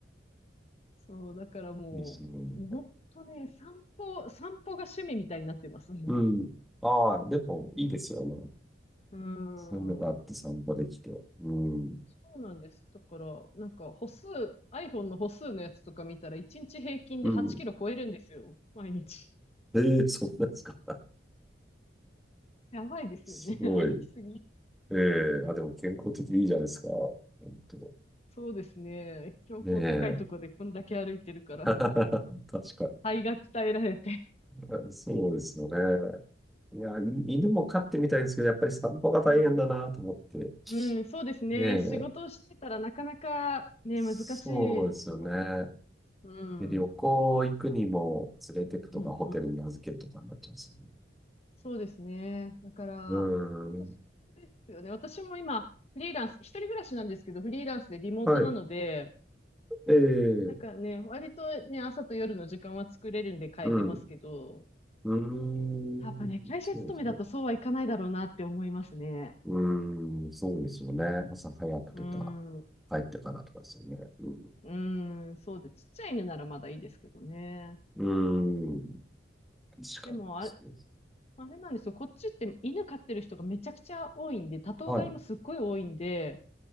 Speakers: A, on the left (about 35°); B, in the centre.
A: そう、だからもう、
B: いいですね。
A: もう本当ね、散歩、散歩が趣味みたいになってます。も
B: うん。ああ、でも、いいですよね。
A: う。う
B: そういうのがあって散歩できて。
A: ん。
B: うん。
A: そうなんです。だから、なんか歩数、iPhone の歩数のやつとか見たら、1日平均で8キロ超えるんですよ。
B: うん。
A: 毎日。<laughs>
B: ええそうなんですか。
A: やばいですよね。
B: すごい。
A: <laughs> 歩きすぎ。
B: ええあ、でも健康的でいいじゃないですか。本当。
A: そうですね。標高高いとこでこんだけ歩いてるから、
B: ねえ。<laughs> 確かに。
A: 肺が鍛えられて。
B: あそうですよね。いや、い犬も飼ってみたいんですけど、やっぱり散歩が大変だなと思って。
A: うん。うん、そうですね。
B: ねえ。
A: 仕事をしてたらなかなかね、
B: そうですよね。
A: 難しいと思います。うん。
B: で、旅行行くにも連れてくとか、
A: うん、
B: ホテルに預けるとかになっちゃうんですよね。
A: うん。そうですね。だから、
B: うーん。
A: 本当そうですよね。私も今、フリーランス、一人暮らしなんですけど、フリーランスでリモートなので、
B: はい。ええ
A: なんかね、割とね、朝と夜の時間は作れるんで変えてますけど、
B: うん。うーん。
A: やっぱね、会社勤めだとそうはいかないだろうなって思いますね。
B: そうですね。うーん、そうですよね。朝早くとか、
A: うーん、う
B: 帰ってからとかですよね。うん。
A: ーん、そうで、ちっちゃい犬ならまだいいですけどね。
B: うーん、確かに。
A: でも、
B: そうです。
A: あれ、あれなんですよ、こっちって犬飼ってる人がめちゃくちゃ多いんで、多頭飼いもすっごい多いんで、
B: はい。